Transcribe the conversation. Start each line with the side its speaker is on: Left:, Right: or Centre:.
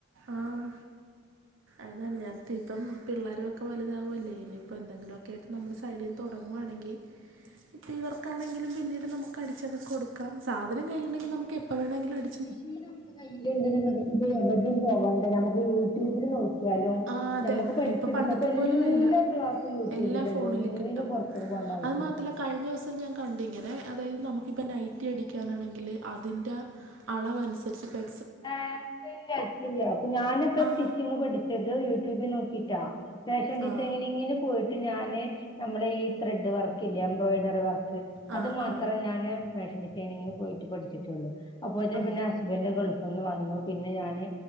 Right: ആഹ് അതാണ് ഞാൻ <unintelligible> ഇപ്പം പിള്ളേരു ഒക്കെ വലുതാവു അല്ലേ ഇനിപ്പ് പ്പെന്തെങ്കിലൊക്കേയിട്ട് നമ്മള് സൈഡീൻ തൊടങ്ങുവാണെങ്കി ഇപ്പ ഈ വർക്കാണെങ്കിലും പിന്നീട് നമുക്ക് അടിച്ചൊക്ക കൊടുക്കാം സാധനം കയ്യില്ണ്ടെങ്കി നമുക്ക് എപ്പ വേണെങ്കിലു അട്
Left: മിഷീന് അമ്മളെ കൈയ്യില് ന്ന് ണ്ടെങ്കി ഞിപ്പോ യെവടിം പോവണ്ട ഞമ്മക്ക് യൂട്യൂബില് നോക്ക് യാലോ
Right: ആ അതെ
Left: ഞമ്മക്ക് പഠിച്ച്ട്ക്ക
Right: ഇപ്പൊ പണ്ടത്തെ
Left: പ്പെല്ലാ
Right: പോലെയല്ല
Left: ക്ലാസ്സു യൂട്യൂബില്ണ്ട്
Right: എല്ലാ ഫോണില്
Left: ഒന്നിനും
Right: കിട്ടും
Left: പൊർ അപ്പൊ പോണ്ടാവ്ശ്
Right: അത് മാത്രല്ല കഴിഞ്ഞോസം ഞാൻ കണ്ടിങ്ങനെ അതായത് നമുക്കിപ്പം നൈറ്റി അടിക്കാനാണെങ്കില് അതിൻ്റെ അളവൻസരിച്ച് പെ
Left: ഏ <unintelligible> പ്പൊ ഞാനൊക്കെ
Right: ആ
Left: സ്റ്റിച്ചിങ്ങ് പഠി ച്ചെത് യൂട്യൂബി നോക്കിറ്റാ ഫാഷൻ ഡിസൈനിങ്ങിന്
Right: ആ
Left: പോയി ഞാന് നമ്മള ഈ ത്രെഡ് വർക്കില്ലെ എംബ്രോയിഡറി വർക്ക്
Right: ആ
Left: അത് മാത്രം
Right: ആ
Left: ഞാന് ഫാഷൻ ഡിസൈനിങ്ങിന് പോയിറ്റ് പഠിച്ചിട്ടൊള്ളു അപ്പോത്തിന്
Right: ആ
Left: പിന്നെ ഹസ്ബൻ്റ് ഗൾഫ് ഉന്ന് വന്നു പിന്നെ ഞാന്